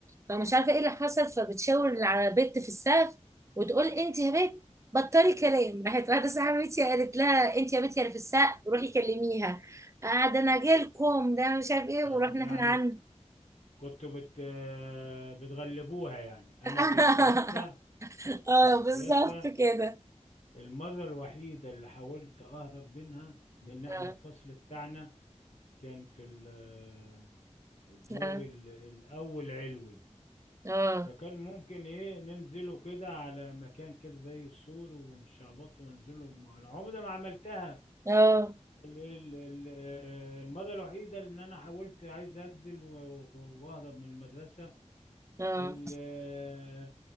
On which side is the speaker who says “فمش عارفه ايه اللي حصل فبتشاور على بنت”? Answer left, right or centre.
Right